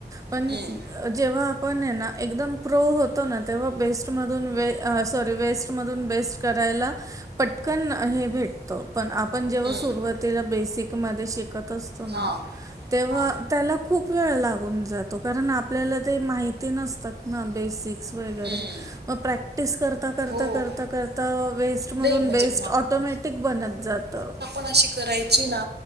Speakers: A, on the right; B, on the right.
A: पण
B: हम्म
A: जेव्हा पण आहे ना एकदम प्रो होतो ना तेव्हा बेस्टमधून वे सॉरी वेस्टमधून बेस्ट करायला पटकन हे भेट. पण आपण जेव्हा
B: हम्म
A: सुरवातीला बेसिक मध्ये शिकत असतो ना.
B: हा
A: तेव्हा
B: हा
A: त्याला खूप वेळ लागून जातो कारण आपल्याला ते माहिती नसतात ना बेसिक्स वरे
B: हम्म
A: मग प्रॅक्टिस करता करता
B: हो
A: करता करता वेस्ट मध
B: नाही म्हणजे
A: बेस्ट ऑटोमॅटिक बनत जातं.
B: ण अशी करायची ना